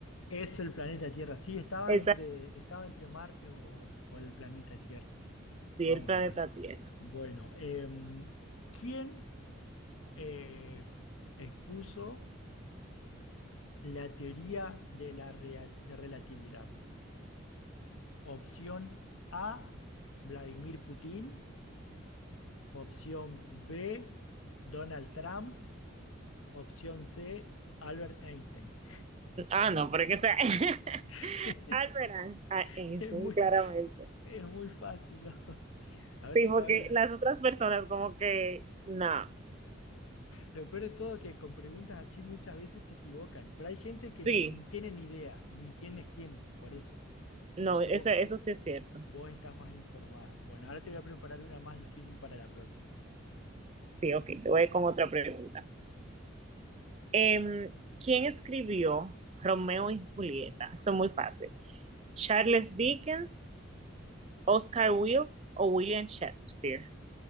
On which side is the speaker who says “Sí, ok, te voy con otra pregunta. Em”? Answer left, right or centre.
Right